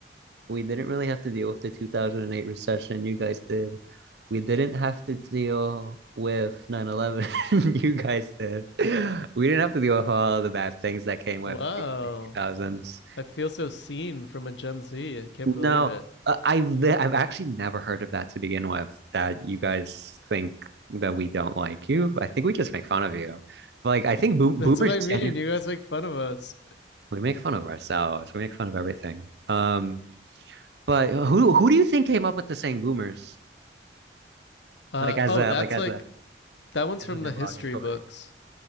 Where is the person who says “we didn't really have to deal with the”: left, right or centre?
Right